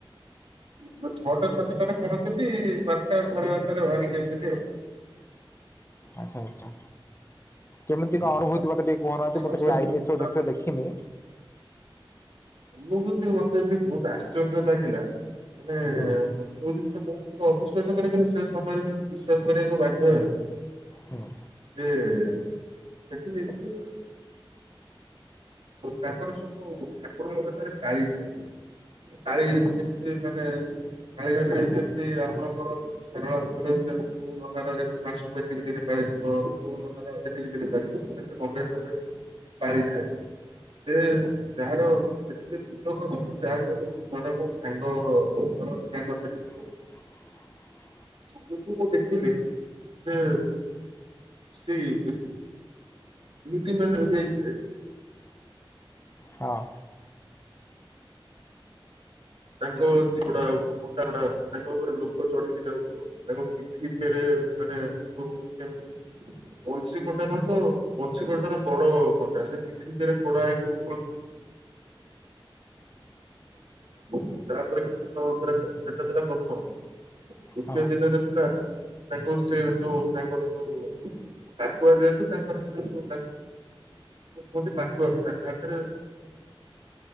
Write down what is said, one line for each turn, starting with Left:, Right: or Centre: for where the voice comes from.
Right: ମୁଁ ଛଅଟା ସାତଟାରେ ପହଞ୍ଚିଲି ବାରଟା ସାଢେ ବାରଟାରେ ଭାଆରିକି ଆସିଲି ଆଉ।
Left: ଆଚ୍ଛା ଆଛା କେମିତିକା
Right: ସନ୍ଧ୍ୟା
Left: ଅନୁଭୂତି
Right: ସାତଟା।
Left: ମତେ ଟିକେ କୁହନାହାନ୍ତି।
Right: ତାଙ୍କର
Left: ମୁଁ ତ
Right: ସେଠୁ
Left: କେବଳ ଆଇ ନେଚର୍
Right: ପୁରା
Left: ରେ କେବ୍
Right: ମାନେ
Left: ଦେଖିନି।
Right: ଅନୁଭୂତି ମତେ ବି ବହୁତ୍ ଆଶ୍ଚର୍ଯ୍ୟ ଲାଗିଲା ମାନେ
Left: ହୁଁ
Right: ଯୋଉ ଜିନିଷ ମୁଁ ବି ଟିକେ ଅବିଶ୍ୱାସ କରେ କିନ୍ତୁ ସେ ସମୟରେ ବି ମୁଁ ବିଶ୍ୱାସ କରିଆକୁ ବାଧ୍ୟ ହେଲି।
Left: ହୁଁ।
Right: ଯେ ସେଠିକି କିଏ? ତାଙ୍କର ସବୁ ଠାକୁରଙ୍କଠାରେ ପାଳିଥାଏ। ପାଳି ମିନସ ମାନେ ପାଳି ମାନେ ଯେମିତି ଆପଣଙ୍କର ଶାରଳା ମନ୍ଦିର ଯେମିତି କୋଉ ନନାର ଏତେ ମାସକୁ ଏତିକି ଦିନ ପାଳିଥିବ। କୋଉ ନନାର ଏତିକି ଦିନ ପାଳି ସେମିତି ଗଙ୍ଗେଶ୍ଵରରେ ପାଳିଥାଏ। ସେ ଯାହାର ସେଠି ଯିଏ ପୂଜକ ଅଛନ୍ତି ତା ଦେହରୁ ଜଣେ ମୋ ସାଙ୍ଗ ଘର। ତାଙ୍କର ସେଠି
Left: <inaudible>
Right: ମୁଁ ଯୋଉ ଦେଖିଲି ଯେ ସେଇ ଏମିତି ମାନେ ହୋଇଯାଇଥିବେ।
Left: ହଁ।
Right: ତାଙ୍କ <unintelligible> କଣ୍ଟାଗୁଡା ତାଙ୍କ ଉପରେ ଲୋକ ଚଢିକି ଯାଉଥିବ। ତାଙ୍କ ପିଠି ଦିହରେ ମାନେ ଯୋଉ କେମତି ବଂଶୀ କଣ୍ଟା ନୁହଁ ତ ବଂଶୀ କଣ୍ଟାର ବଡ କଣ୍ଟା ସେଇଥିପାଇଁ ଠିକ୍ ଇଏରେ କଢା ହେଇକି ଓହଳୁ <unintelligible> ତାପରେ କିଛି ସମୟ ପରେ ସେତ ଥିଲା ପ୍ରଥମ ଦିନ। ଦ୍ୱିତୀୟ
Left: ହଁ
Right: ଦିନରେ ଥିଲା ତାଙ୍କ ସେ ଯୋଉ ତାଙ୍କର ଯୋଉ ଟାକୁଆ ଯେହେତୁ ତାଙ୍କର ସେ ଯୋ ଟା କୁହନ୍ତି <unintelligible> ତାଙ୍କ ହାତରେ